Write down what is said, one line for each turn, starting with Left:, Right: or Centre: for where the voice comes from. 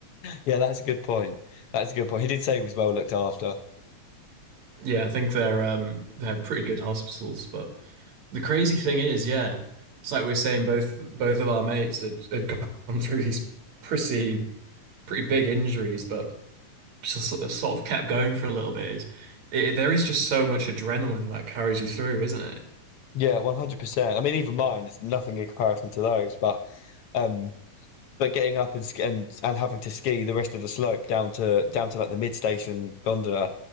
Left: yeah, that's a good point. That's a good point. He did say he was well looked after.
Right: Yeah, I think they're um they're pretty good hospitals. But the crazy thing is, yeah, it's like we we're saying both both of our mates had, had gone <laughs> through these pretty pretty big injuries, but. just sort of kept going for a little bit is it, there is just so much adrenaline that carries you through, isn't it?
Left: Yeah, 100%. I mean, even mine is nothing in comparison to those. But um, but getting up and sk- and and having to ski the rest of the slope down to down to like the mid station gondola,